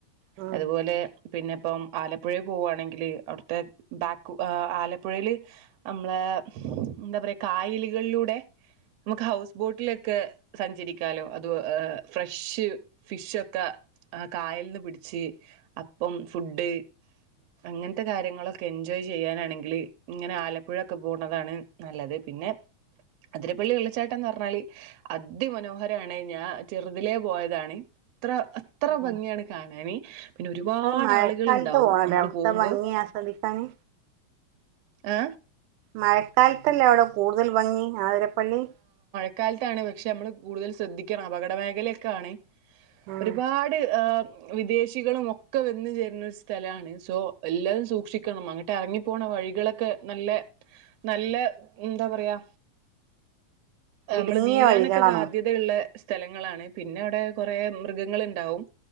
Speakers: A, on the right; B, on the right.
A: ഉം
B: അതുപോലെ പിന്നെ ഇപ്പം ആലപ്പുഴെൽ പോവുവാണെങ്കിൽ അവിടുത്തെ ബാക്ക് ആലപ്പുഴെൽ നമ്മളെ എന്താ പറയാ കായലുകളിലൂടെ നമുക്ക് ഹൗസ് ബോട്ടിലൊക്കെ സഞ്ചരിക്കാലോ അത് ഫ്രഷ് ഫിഷ് ഒക്കെ ആ കായലിന്ന് പിടിച്ച് അപ്പം ഫുഡ് അങ്ങനത്തെ കാര്യങ്ങളൊക്കെ എൻജോയ് ചെയ്യാനാണെങ്കില് ഇങ്ങനെ ആലപ്പുഴൊക്കെ പോണതാണ് നല്ലത് പിന്നെ അതിരപ്പള്ളി വെള്ളച്ചാട്ടംന്ന് പറഞ്ഞാല് അതിമനോഹരാണ് ഞാൻ ചെറുതിലേ പോയതാണ് അത്ര അത്ര ഭംഗിയാണ്
A: ഉം
B: കാണാന് പിന്നെ ഒരുപാട്
A: അത് മഴക്കാലത്ത്
B: ആളുകൾ ഉണ്ടാവും
A: പോണല്ലേ
B: നമ്മള്
A: അവിടുത്തെ
B: പോകുമ്പോ
A: ഭംഗി ആസ്വദിക്കാന്
B: ആ
A: മഴക്കാലത്തല്ലേ അവിടെ കൂടുതൽ ഭംഗി ആതിരപ്പള്ളി
B: ഴ കാലത്താണ് പക്ഷെ നമ്മള് കൂടുതൽ ശ്രദ്ധിക്കണം അപകട മേഖലയൊക്കെ ആണ്
A: ഉം
B: ഒരുപാട് വിദേശികളും ഒക്കെ വന്ന് ചേരുന്ന ഒരു സ്ഥലമാണ് സോ എല്ലാവരും സൂക്ഷിക്കണം അങ്ങട്ട് ഇറങ്ങിപ്പോണ വ വഴികളൊക്കെ നല്ല നല്ല എന്താ പറയാ നമ്മള്
A: ഇടുങ്ങിയ
B: വീഴാനൊക്കെ
A: വഴികളാണോ
B: സാധ്യതയുള്ള സ്ഥലങ്ങളാണ് പിന്നെ അവിടെ കുറെ മൃഗങ്ങളുണ്ടാവും